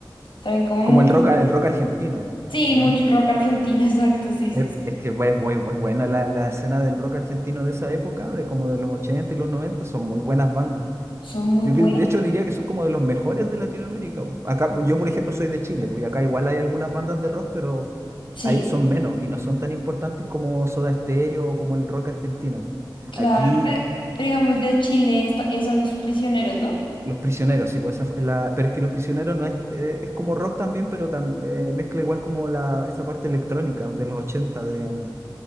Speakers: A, on the left; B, on the right.
A: También como
B: como
A: mucho.
B: el rock, el rock argentino,
A: Sí,
B: ¿o
A: mucho
B: no?
A: rock argentino, <laughs> exacto, sí, sí.
B: Eh,
A: sí.
B: Es que es muy, muy- es buena la, la escena del rock argentino de esa época, de como de los 80 y los 90 son muy buenas bandas.
A: Son muy
B: Yo
A: buenos.
B: que- de hecho diría que son como de los mejores de Latinoamérica. po. Acá, yo por ejemplo soy de Chile, pues y acá igual hay algunas bandas de rock, pero
A: Sí,
B: hay, son menos y no son tan importantes como Soda Stereo o como el rock argentino.
A: claro.
B: Aquí
A: pe- Pero, digamos de Chile, esta- eh, son los prisioneros, ¿no?
B: Los prisioneros, sí, pues esa fue la, pero es que los prisioneros no es, eh, es como rock también, pero tam- eh, mezcla igual como la, esa parte electrónica de los 80 de, mm,